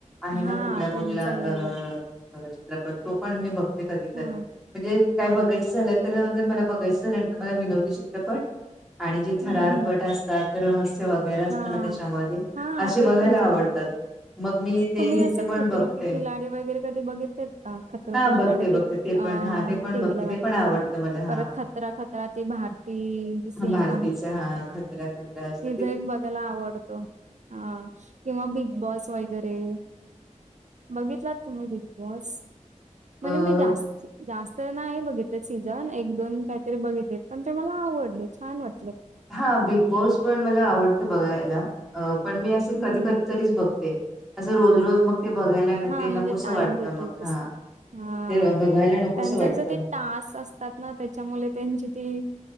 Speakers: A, in the centre; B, on the right.
A: आहे ना
B: हा
A: कुठला कुठला
B: त्यांचा
A: अ
B: हे
A: चित्रपट तो पण मी बघते कधीतरी.
B: हा
A: म्हणजे काय बघायच झाल तर जर मला बघायच झाल मला विनोदी चित्रपट आणि जे थरारपट
B: हम्म
A: असतात तर रहस्य व वगैर असतना
B: हा
A: त्याच्यामध्ये
B: हा
A: असे
B: ते
A: बघायला
B: पण छान
A: आवडतात. मग मी ते
B: तुम्ही
A: ह्याचे
B: असं
A: पण
B: खतरो
A: बघते.
B: के खिलाडी वगैरे कधी बघितलेत का खतरो
A: हा
B: के
A: बघते
B: खिलाडी
A: बघते. ते
B: अ
A: पण हा ते पण ते पण
B: टीव्ही
A: बघते.
B: ला दाखवतात
A: ते पण आवडत मला हा.
B: परत खतरा खतरा ती भारती सिंग
A: भारतीचा हा खतरा खतरा अस
B: ज बघाला आवडतो हा किंवा बिग बॉस वगैरे बघितलात तुम्ही बिग बॉस? म्हणजे
A: अ
B: मी जास्त जास्त नाही बघितले सीझन. एक दोन काहीतरी बघितले. पण ते मला आवडले. छान वाट
A: हा बिग बॉस पण मला आवडत बघायला. अ पण मी असे
B: हम्म
A: कधी कधी तरीच बघते. अस रोज रोज मग ते बघायला ना
B: हा
A: ते
B: म्हणजे
A: नकोसं
B: टाईम
A: वाटतं
B: भेटेल
A: मग
B: तस.
A: हा
B: हा
A: ते बघायला नकोसं
B: त्यांचा
A: वाटतं.
B: कस ते टास असतात ना त्याच्यामुळे त्यांची ती